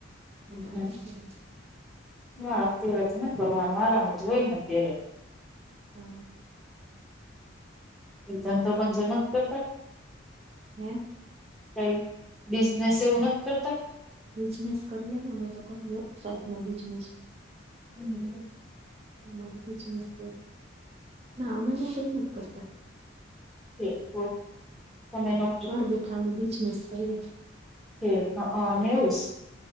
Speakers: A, in the centre; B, on the right.
A: હમમ,
B: અટાણે શું કરીએ
A: હા. અત્યારે તને કરવાનું આરામ જ હોય ને, અત્યારે.
B: હા.
A: એ જ તો પણ જનત કરતા.
B: હ.
A: કંઈ બિઝનેસ એવુ નથી કરતા?
B: બિઝનેસ કરીએ ને, અમે તો કરીએ સાઈડમાં બિઝનેસ.
A: હમમ, હમમ.
B: અમારે બિઝનેસ તો ના, અમે નોકરી નથી કરતા.
A: <unintelligible> તમે ન
B: ઘર બેઠા અમે બિજનેસ કરીએ.
A: હે, અહં, ને એવું સ.